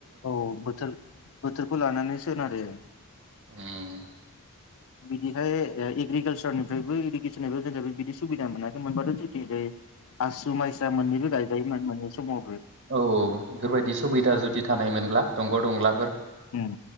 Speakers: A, on the left; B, on the right.
A: औ बोथोर बोथोरखौ लानानै सोनारो।
B: उम
A: बिदिहाय एग्रिकालसारनिफ्रायबो इरिगेसनाबो जोंङो बिदि सुबिदा मोनाखै मोनबाथ' जोंनिथिजै आसु माइसा मोननैबो गायजायोमोन मोननै समावबो
B: औ औ बेफोरबायदि सुबिदा जुदि थानाय मोनब्ला दंग' दंलाफोर।
A: उम